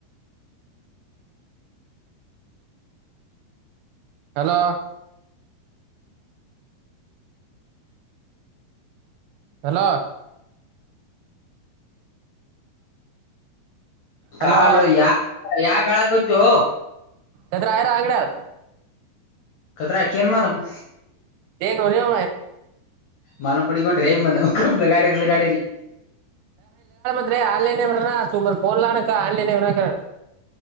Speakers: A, on the right (about 80°); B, on the left (about 80°).
A: hello hello hello
B: call ಯಾ ಯಾಕ್ ಅಳಕತ್ತೋ.
A: ಅದ ರಾಯರ ಅಂಗಡಾರ
B: ಕದ್ರಕಏನ ಮಾರಮ್
A: ಹೇಗ ನಿಮ್
B: ಮನೆ ಪುಡಿಕೊಂಡ್ರೆ ಮಣ ಲಗಾಡೇರಿ ಲಗಡಿರಿ
A: ಅಂದ್ರೆ ಆನ್ಲೈನ್ ಅಂದ್ರನ ತುಂಬ ಪೋರ್ಲಾನಕ್ಕ ಆನ್ಲೈನ್ ಬೇಕನ